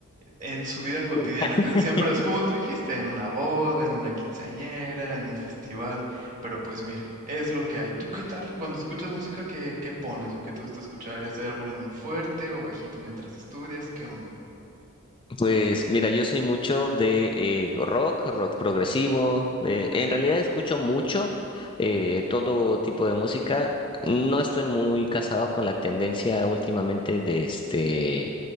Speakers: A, on the right; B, on the left.
A: en su vida cotidiana.
B: <laughs>
A: Casi siempre es como tú dijiste, en una boda, en una quinceañera, en un festival, pero pues mira, es lo que hay. ¿Tú qué tal cuando escuchas música? ¿Qué, qué pones o qué te gusta escuchar? y hacer el volumen fuerte o bajito mientras estudias? ¿Qué onda?
B: Pues mira, yo soy mucho de eh, rock, rock progresivo. eh,
A: Ok,
B: en realidad escucho mucho eh, todo tipo de música. No estoy muy casado con la tendencia últimamente de este